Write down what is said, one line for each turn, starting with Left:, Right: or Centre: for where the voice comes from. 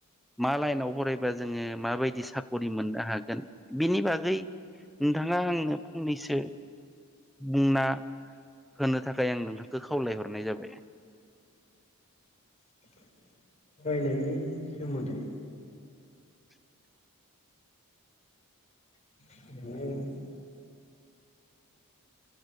Centre: मा लाइनाव फरायबा जोङो माबायदि साख'रि मोननो हागोन बिनि बागै नोंथाङा आंनो फंनैसो बुंना होनो थाखाय आं नोंथांखौ खावलायहरनाय जाबाय
Left: <inaudible> फरायनायनि सोमोन्दै
Centre: <inaudible>
Left: <unintelligible>